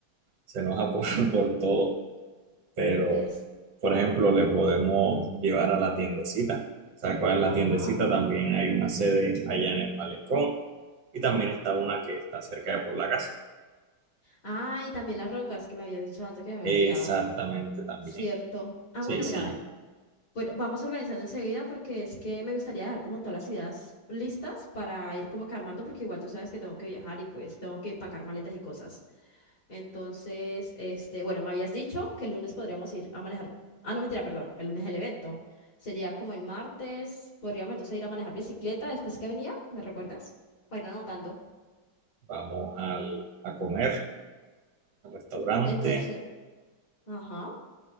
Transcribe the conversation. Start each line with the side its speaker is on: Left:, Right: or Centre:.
Right: se enoja por, por todo. pero
Left: ¿Ves?
Right: por ejemplo le podemos llevar a la tiendecita. ¿Sabes cuál es
Left: Ajá.
Right: la tiendecita? También hay una sede allá en el malecón y también está una que está cerca de por la casa.
Left: Ah, y también las rocas que me habías dicho antes que me había
Right: Exactamente
Left: olvidado.
Right: también.
Left: Cierto. Ah,
Right: Sí,
Left: bueno,
Right: sí,
Left: mira, ve. Bueno, vamos organizando enseguida porque es que me gustaría dejar como todas las ideas listas para ir como que armando, porque igual tú sabes que tengo que viajar y pues tengo que empacar maletas y cosas. Entonces, este, bueno, me habías dicho que el lunes podríamos ir a manejar. Ah, no, mentira, perdón, el lunes es el evento. Sería como el martes, podríamos entonces ir a manejar bicicleta después que venía, ¿me recuerdas? bueno ir anotando.
Right: vamos al- a comer al restaurante
Left: Entonces, ajá.